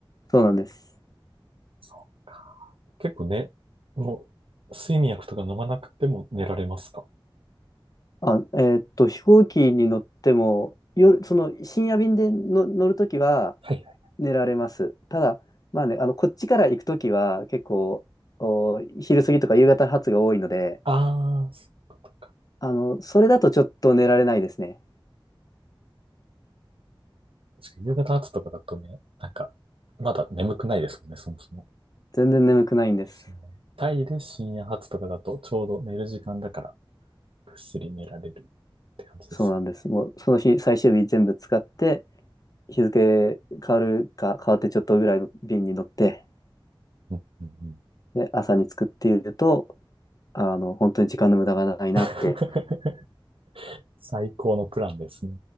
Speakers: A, on the left (about 45°); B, on the right (about 90°).
A: そうなんです。
B: そう結構ね、もう、睡眠薬とか飲まなくても寝られますか
A: あ、えーっと、飛行機に乗っても、夜、その深夜便での乗るときは
B: はいはい。
A: 寝られます。ただ、まあね、あの、こっちから行くときは結構、お、昼過ぎとか夕方発が多いので、
B: ああ、そういうこと
A: あの、それだとちょっと寝られないですね。
B: 確かに夕方後とかだとね、なんか、まだ眠くないですもんね、そもそも。
A: 全然眠くないんです。
B: ですよね。タイで深夜発とかだとちょうど寝る時間だからぐっすり寝られるって感じですよね。
A: そうなんです。もう、その日、最終日全部使って、日付変わるか変わってちょっとぐらいの便に乗って、
B: うんうんうん
A: で、朝に着くっていうと、あの、本当に時間の無駄がないなって
B: <laughs> 最高のプランですね。